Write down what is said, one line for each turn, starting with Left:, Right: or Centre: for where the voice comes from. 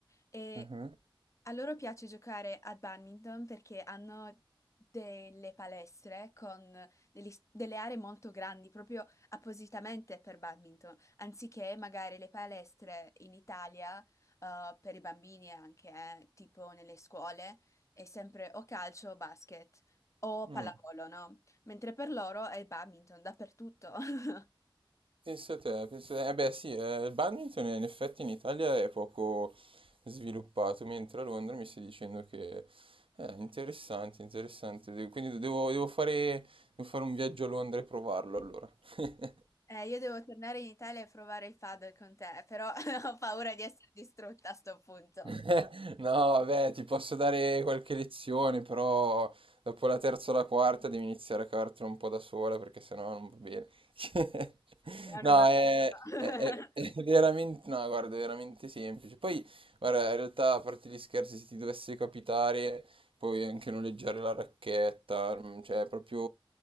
Left: E
Right: ah, ah.
Left: A loro piace giocare a badminton perché hanno delle palestre con degli s- delle aree molto grandi, proprio appositamente per badminton, anziché magari le palestre in Italia, eh, per i bambini anche, eh, tipo nelle scuole, è sempre o calcio o basket o
Right: Mm.
Left: pallavolo, no? Mentre per loro è badminton dappertutto. <laughs>
Right: Penso te, penso te. Eh beh sì, eh, il badminton in effetti in Italia è poco sviluppato, mentre a Londra mi stai dicendo che è interessante, interessante. De- Quindi devo, devo fare, devo fare un viaggio a Londra e provarlo allora. <laughs>
Left: Eh, io devo tornare in Italia e provare il padel con te, però <laughs> ho paura di essere distrutta a sto punto.
Right: <laughs> No, vabbè, ti posso dare qualche lezione, però dopo la terza o la quarta devi iniziare a cavartela un po' da sola perché sennò non va bene. <laughs>
Left: Sì, Ah, no,
Right: No,
Left: vabbè.
Right: è,
Left: <laughs>
Right: è- è- è veramente, no, guarda, è veramente semplice. Poi, guarda, in realtà, a parte gli scherzi, se ti dovesse capitare puoi anche noleggiare la racchetta, mm, cioè proprio